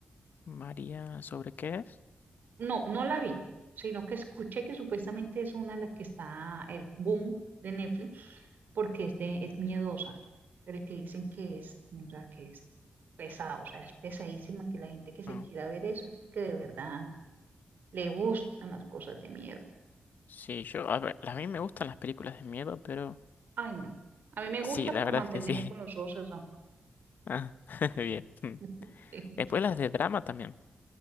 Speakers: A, on the left; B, on the right.
A: María, ¿sobre qué es?
B: No, no la vi, sino que escuché que supuestamente es una la que está el boom de Netflix porque es, de, es miedosa, pero que dicen que es, o sea, que es pesada, o sea, es pesadísima, que la gente que se
A: Ah.
B: quiera ver eso es porque de verdad le gustan las cosas de miedo.
A: Sí, yo, a ver, a mí me gustan las películas de miedo, pero
B: Ay, no. A mí me gusta,
A: sí, la
B: pero
A: verdad
B: mantenerme
A: es que sí.
B: con los
A: <laughs>
B: ojos cerrados.
A: Ah, <laughs> bien. Mm.
B: <laughs> Sí,
A: Después las de drama también.